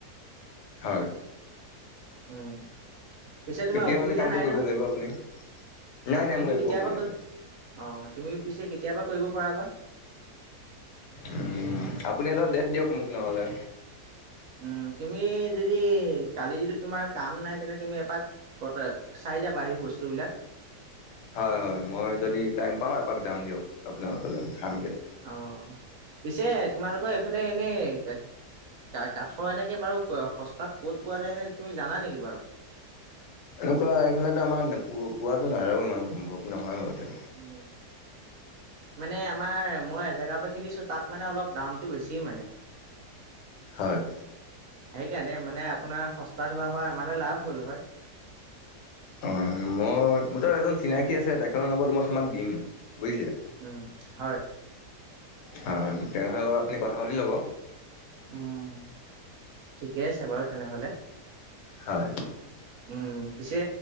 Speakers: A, on the left; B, on the right.
A: হয়,
B: উম পিছে তোমাৰ
A: কেতিয়া
B: অসুবিধা
A: মানে কামটো
B: নাই
A: কৰিব
B: নহয়
A: লাগিব আপুনি? নাই
B: আ
A: নাই
B: তুমি
A: মোৰ একো
B: কেতিয়াবা
A: অসুবিধা
B: কৈ
A: নাই।
B: অ তুমি পিছে কেতিয়াবা কৰিব পাৰাবা
A: উম, আপুনি এটা ডেট দিয়ক মোক নহ'লে
B: উম তুমি যদি কালি যদি তোমাৰ কাম নাই তেনে তুমি এপাক ক চাই য তিয়াবা সেই বস্তুবিলাক
A: হয় হয় মই যদি টাইম পাওঁ এপাক যাম দিয়ক আপোনাৰ ওচৰলৈ চামগৈ
B: অ'। পিছে তোমালোকৰ এইফালে এনেই কাঠৰ এনেকে বাৰু সস্তাত ক'ত পোৱা যায় এনে তুমি জানা নেকি বাৰু?
A: এনেকুৱা এইফালেতো আমাৰ পোৱাটো নাযাব ইমান সম্ভৱ নহয়
B: উম মানে আমাৰ মই এজেগা পৰা কিনিছো তাত মানে অলপ দামতটো বেছি মানে <unintelligible>
A: হয়
B: সেইকাৰণে মানে আপোনাৰ সস্তাত হোৱা হয় আমাৰ লাভ হ'ল হয়
A: অঁ মই মোৰ তো এজন চিনাকী আছে তেখেতৰ নম্বৰটো মই তোমাক দিম বুজিছে।
B: উম হয়।
A: হয় তেনেহ'লে লগত আপুনি কথা পাতি ল'ব‌।
B: উম ঠিকে আছে বাৰু তেনেহলে,
A: হয়।
B: উম পিছে